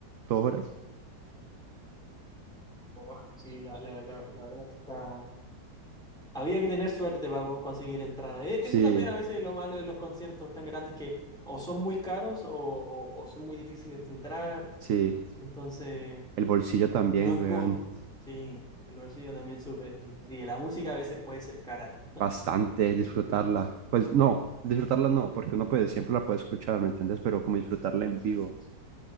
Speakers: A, on the right; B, in the centre.
A: dos horas.
B: Oh, sí, la, la, la, la verdad es que está. Había que tener suerte para po- conseguir entrada. E-
A: Sí,
B: Eso también a veces es lo malo de los conciertos tan grandes que o son muy caros o, o- o son muy difíciles de entrar.
A: sí.
B: Entonces,
A: El bolsillo también,
B: no es como...
A: weón.
B: Sí, el bolsillo también sufre. Sí, sí, sí. la música a veces puede ser cara.
A: bastante, disfrutarla. Pues no, disfrutarla no, porque uno puede, siempre la puede escuchar, ¿me entiendes? Pero como disfrutarla en vivo,